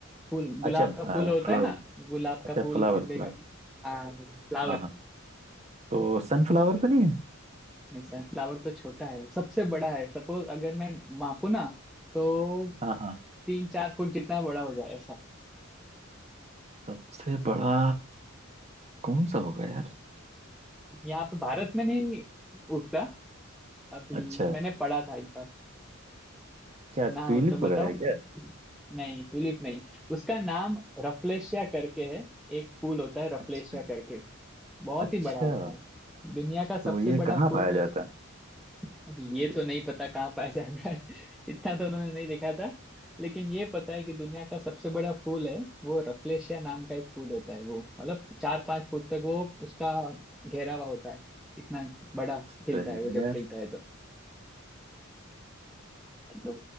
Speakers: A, in the centre; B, on the right.
A: फूल गुलाब
B: अच्छा
A: का फूल होता
B: फ्लावर
A: है ना गुलाब
B: अच्छा
A: का फूल
B: फ्लावर
A: गेंदे
B: फ्लावर
A: का फूल, फ्लावर
B: हाँ हाँ तो सनफ्लावर तो नहीं है
A: नहीं सनफ्लावर तो छोटा है सबसे बड़ा है सपोज अगर मैं मापू ना तो
B: हाँ हाँ
A: तीन चार फुट जितना बड़ा हो जाए ऐसा
B: सबसे बड़ा कौन सा होगा यार
A: यहाँ पे भारत में नहीं उगता अभी
B: अच्छा
A: मैंने पढ़ा था एक बार
B: क्या ट्यूलिप
A: ना हो तो बताओ
B: वगैरह है क्या
A: नहीं ट्यूलिप नहीं उसका नाम रफलेशिया करके है एक फूल होता है रफलेशिया
B: अच्छा
A: करके बहुत
B: अच्छा
A: ही बड़ा होता है दुनिया का सबसे
B: तो ये
A: बड़ा
B: कहाँ
A: फूल
B: पाया
A: में
B: जाता है
A: अब ये तो नहीं पता कहाँ पाया जाता है <laughs> इतना तो उन्होंने नहीं लिखा था लेकिन ये पता है कि दुनिया का सबसे बड़ा फूल है वो रफलेशिया नाम का एक फूल होता है वो मतलब चार पांच फुट तक वो उसका घेरावा होता है इतना बड़ा
B: सही
A: खिलता है वो
B: है
A: जब
B: यार
A: खिलता है तो तो